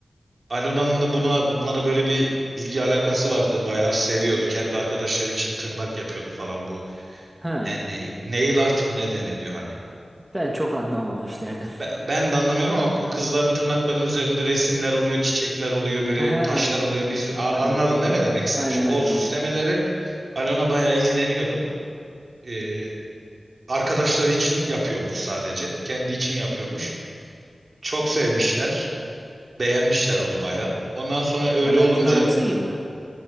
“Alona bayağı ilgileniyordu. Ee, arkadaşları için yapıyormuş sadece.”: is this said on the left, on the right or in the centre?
Right